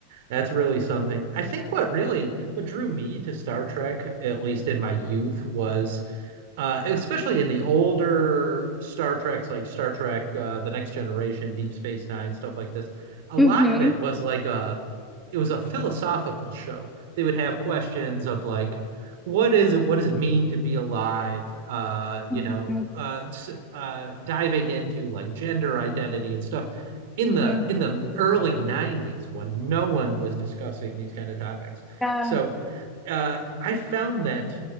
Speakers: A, on the right; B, in the centre.
A: That's really something. I think what really what drew me to Star Trek, at least in my youth, was uh, especially in the older Star Treks, like Star Trek, uh, The Next Generation, Deep Space Nine, stuff like this. A lot
B: Mm-hmm.
A: of it was like a it was a philosophical show. They would have questions of like, what is it? What does it mean to be alive? Uh, you
B: Mm-hmm.
A: know, uh, uh, diving into like gender identity and stuff in
B: Mm-hmm.
A: the in the early 90s when no one was discussing these kind of topics
B: Yeah.
A: so uh, i found that